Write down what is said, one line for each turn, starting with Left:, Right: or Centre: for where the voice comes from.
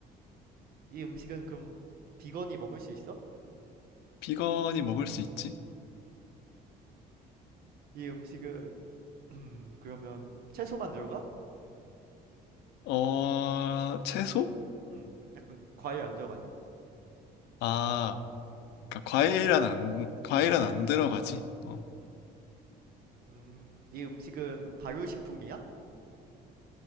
Right: 이 음식은 그럼 비건이 먹을 수 있어?
Left: 비건이 먹을 수 있지?
Right: 이 음식은, <clears throat> 음, 그러면 채소만 들어가?
Left: 어, 채소?
Right: 음, 약간 과일 안 들어가냐고.
Left: 아, 그러니까 과일은 안, 과일은 안 들어가지. 어,
Right: 음, 이 음식은 발효식품이야?